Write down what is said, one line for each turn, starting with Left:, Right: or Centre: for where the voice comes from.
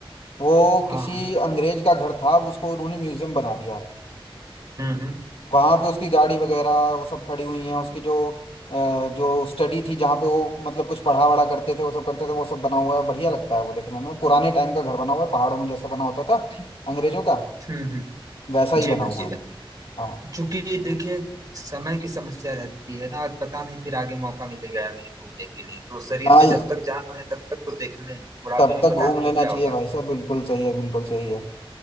Left: वो
Right: हाँ
Left: किसी
Right: हाँ
Left: अंग्रेज का घर था अब उसको उन्होंने म्यूजियम बना दिया
Right: हम्म हम्म
Left: वहां पे उसकी गाड़ी वगैरह वो सब खड़ी हुई है उसकी जो अ, जो स्टडी थी जहाँ पे वो मतलब कुछ पढ़ा वढ़ा करते थे वो सब करते थे वो सब बना हुआ है बढ़िया लगता है वो देखने में पुराने टाइम का घर बना हुआ है पहाड़ों में जैसा बना होता था अंग्रेजों का
Right: हम्म हम्म।
Left: वैसा ही
Right: जी
Left: बना
Right: भाई
Left: हुआ
Right: जी भाई
Left: है हाँ
Right: चूंकि देखिए समय की समस्या रहती है ना और पता नहीं फिर आगे मौका मिलेगा या नहीं घूमने के लिए तो शरीर
Left: हाँ
Right: में जब तक जान है तब तक तो देख लें बुढ़ापे
Left: तब
Right: में
Left: तक
Right: पता
Left: घूम
Right: नहीं
Left: लेना
Right: क्या
Left: चाहिए
Right: होगा
Left: भाई साहब बिल्कुल सही है बिल्कुल सही है